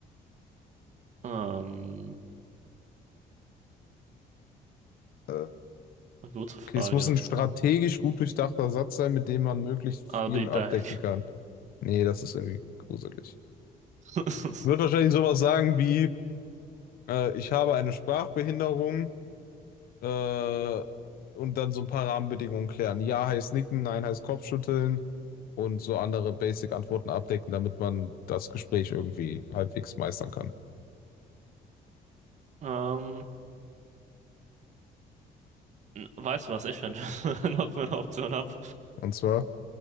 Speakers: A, on the right; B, on the left.
A: Ähm,
B: Äh,
A: eine gute
B: okay,
A: Frage.
B: es muss ein strategisch gut durchdachter Satz sein, mit dem man möglichst
A: I'll
B: viel
A: be back.
B: abdecken kann. Nee, das ist irgendwie gruselig.
A: <laughs>
B: wird wahrscheinlich sowas sagen wie, äh, ich habe eine Sprachbehinderung äh, und dann so ein paar Rahmenbedingungen klären. Ja heißt nicken, nein heißt Kopfschütteln und so andere Basic-Antworten abdecken, damit man das Gespräch irgendwie halbwegs meistern kann.
A: Ähm, n- weißt du, was ich finde? <laughs> Noch für eine Option habe.
B: Und zwar,